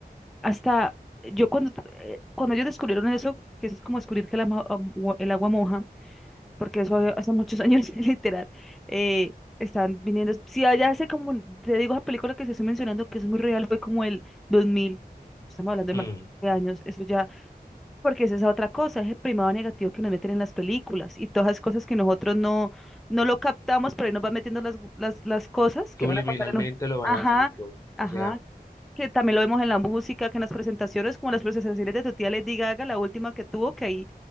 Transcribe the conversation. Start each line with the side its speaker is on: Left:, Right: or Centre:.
Centre: hasta yo cuando, eh, cuando ellos descubrieron eso, que eso es como descubrir que el ama- am- ua- el agua, moja porque eso había- hace muchos años, <laughs> literal, eh, están viniendo. Si allá hace como, te digo, esa película que se estoy mencionando, que es muy real, fue como el dos mil estamos hablando de
Left: Mm,
Centre: más de años, eso ya, porque es esa otra cosa, ese primado negativo que nos meten en las películas y todas esas cosas que nosotros no, no lo captamos, pero ahí nos van metiendo las, las, las cosas que
Left: Subliminalmente
Centre: van a pasar en un...
Left: lo van
Centre: Ajá,
Left: haciendo,
Centre: ajá,
Left: o sea,
Centre: que también lo vemos en la música, que en las presentaciones, como las presentaciones de tu tía Lady Gaga, la última que tuvo, que hay